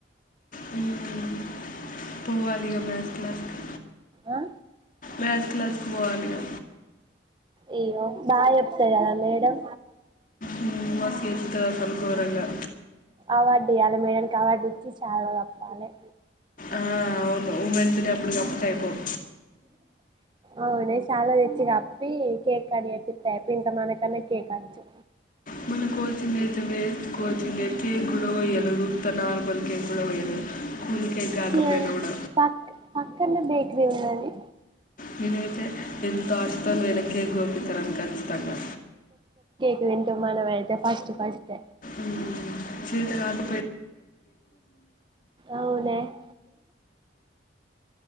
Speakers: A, on the left (about 45°); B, on the right (about 25°).
A: హ్మ్మ్ పోవాలిగా మ్యాస్ క్లాస్ కి
B: ఆ
A: మ్యాస్ క్లాస్ కి పోవాలిగా
B: అయ్యో బాగాచేప్తది గా మేడం
A: మ్మ్. మస్తు చెప్తుంది అసలు ఘోరంగా
B: అవార్డియాల మేడానికి అవార్డు శాల్వా కప్పాలే ల
A: ఆ అవును ఉమెన్స్ డే అప్పుడు కాకపోతే అయిపోవు
B: అవునే శాల్వా తెచ్చి కాప్పా పి కేక్ కడ్ చెపిత్తా దీని కన్నా మంచి కేక్ అచ్చు
A: మన కోచింగ్ అయితే వేస్ట్ కోచింగ్ కేక్ గూడా కోయలేదు ఉత్త మనం కేక్ గూడా కొయ్యలే కూల్ కేక్ కాకపోయినాకూడ
B: చి పక్ పక్కనే బేకరీ ఉన్నది
A: నేనైతే ఎంతో ఆశతో పోయిన కేక్ గోపితారనీ ఖచ్చితంగా
B: తింటూర్ మనంయితే ఫస్ట్ ఫస్ట్
A: ఉహ్ చేత కాదు
B: అవునే <inaudible>